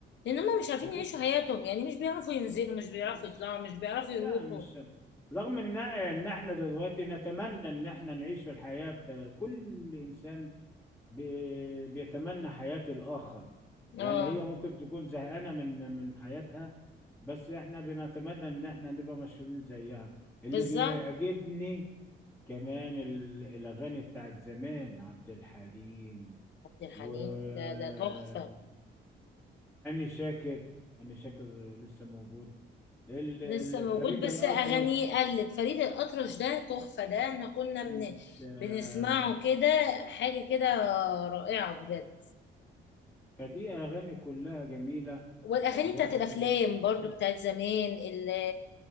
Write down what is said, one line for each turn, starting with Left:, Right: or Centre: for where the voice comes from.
Left: لان هما مش عارفين
Centre: بجد
Left: يعيشوا حياتهم يعني مش بيعرفوا ينزلوا مش بيعرفوا
Centre: مش
Left: يطلعوا مش بيعرفوا يروحوا
Centre: لا مش رغم ان ان احنا دلوقتي نتمنى ان احنا نعيش في الحياة بتا... كل انسان بي... بيتمنى حياة الاخر يعني
Left: اه
Centre: هي ممكن تكون زهقانة من من حياتها بس احنا بنتمنى ان احنا نبقى مشهورين زيها اللي
Left: بالظبط
Centre: بيعجبني كمان ال- الأغاني بتاعت زمان عبد الحليم
Left: عبد الحليم
Centre: وهاني
Left: ده ده تحفة
Centre: شاكر هاني شاكر لسه موجود ال...
Left: لسه
Centre: ال...
Left: موجود
Centre: فريد الأطرش
Left: بس اغانيه قلت فريد الاطرش ده تحفه ده احنا كنا
Centre: يعني
Left: من
Centre: مش آه،
Left: بنسمعه كده حاجه كده رائعه بجد
Centre: فدي أغاني كلها جميلة
Left: والاغاني
Centre: الواحد
Left: بتاعت الافلام
Centre: ي-
Left: برضو
Centre: <clears throat>
Left: بتاعت زمان اللي